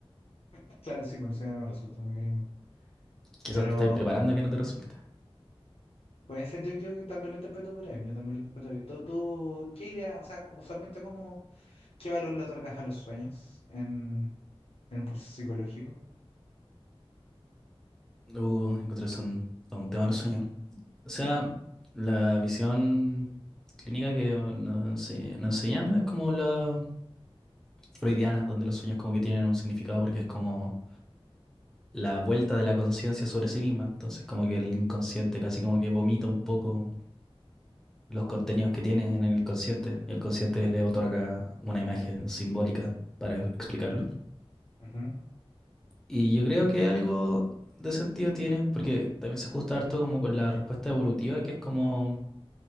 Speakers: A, on the left; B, in the centre.
A: <laughs> Claro, sí, por eso ya no me resulta el mecanismo.
B: Quizás
A: Pero
B: te estáis preparando a que no te resulte.
A: puede ser, yo, yo que también lo interpreto por ahí, yo también lo interpreto ahí. ¿Tú, tú, qué idea, o sea, co- usualmente cómo, qué valor le otorgas a los sueños en, en un proceso psicológico?
B: Uh, encontré son todo un tema de los sueños. O sea, la visión clínica que nos ense- nos enseñan es como la freudiana, donde los sueños como que tienen un significado porque es como la vuelta de la conciencia sobre sí misma. Entonces como que el inconsciente casi como que vomita un poco los contenidos que tiene en el consciente y el consciente le otorga una imagen simbólica para explicarlo.
A: Ujú,
B: Y yo creo que algo de sentido tiene, porque también se ajusta harto como con la respuesta evolutiva, que es como